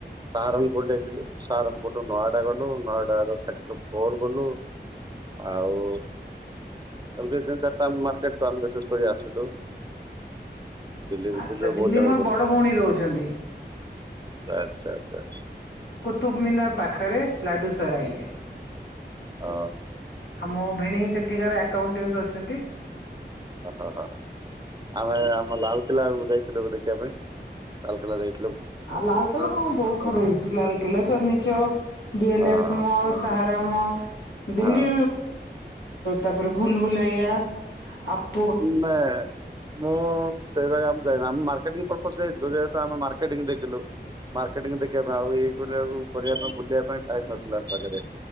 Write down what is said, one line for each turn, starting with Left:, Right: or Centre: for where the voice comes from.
Right: ସାରଙ୍ଗପୁର ଯାଇଥିଲୁ। ସାରଙ୍ଗପୁରରୁୁ ନଏଡା ଗଲୁ, ନଏଡା ର ସେକ୍ଟର ଫୋର ଗଲୁ। ଆଉ ଏମତି ତିନ ଚାରିଟା ମାର୍କେଟ ସନ ବେସିସ କରି ଆସିଲୁ। ଦିଲ୍ଲୀ ଭିତରେ
Left: ଆଚ୍ଛା ଦିଲ୍ଲୀ
Right: ବହୁତ ଜାଗା
Left: ମୋର
Right: ବୁଲ
Left: ବଡ ଭଉଣୀ ରହୁଛନ୍ତି
Right: ଆଚ୍ଛା ଆଚ୍ଛା
Left: କୁତୁବମୀନାର ପାଖରେ ଲାଡ଼ୁ ସରାଇରେ।
Right: ଅ
Left: ଆମ ଭେଣେଇ ସେଠିକାର ଆକାଉଣ୍ଟାନ୍ସ ଅଛନ୍ତି।
Right: ଓ ହ ହ ହ ଆମେ ଆମ ଲାଲକିଲ୍ଲା କୁ ଯାଇଥିଲୁ ଏବେ ଦେଖିବା ପାଇଁ। ଲାଲକିଲ୍ଲା ଯାଇ
Left: ଆଉ ଲାଲକେଲା ମୁଁ ବହୁତ ଥର ଯାଇଚି ଲାଲକେଲା ଚାନ୍ଦନୀ ଚକ ଡିଏଲଫ
Right: ହଁ
Left: ମଲ। କାହାରା ମଲ ଦିଲ୍ଲୀ
Right: ହଁ
Left: ତାପରେ ଭୁଲ ଭୁଲେଇଆ ଆପ
Right: <unintelligible> ମୁଁ ସେଇ ଜାଗା ଆମେ ଯାଇନୁ ଆମେ ମାର୍କେଟିଙ୍ଗ ପ୍ରପୋଜରେ ଯାଇଥିଲୁ ଯେହେତୁ ଆମେ ମାର୍କେଟିଙ୍ଗ ଦେଖିଲୁ। ମାର୍କେଟିଂ ଦେଖିବା ପାଇଁ ଆଉ ଏଇ କରିବା କରିବା ପାଇଁ ବୁଲିବା ପାଇଁ ଟାଇମ ନସଥିଲା ଆମ ପାଖରେ।